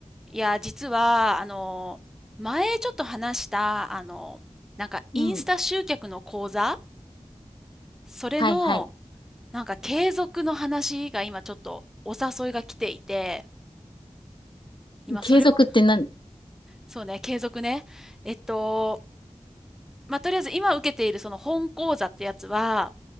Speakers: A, in the centre; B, on the left.
A: いや、実は、あの、前ちょっと話した、あの、なんかインスタ集客の講座
B: うん。
A: それの、
B: はいはい。
A: なんか継続の話が今ちょっとお誘いが来ていて、今それを、
B: 継続って何
A: そうね、継続ね。えっと、まあ、とりあえず今受けているその本講座ってやつは、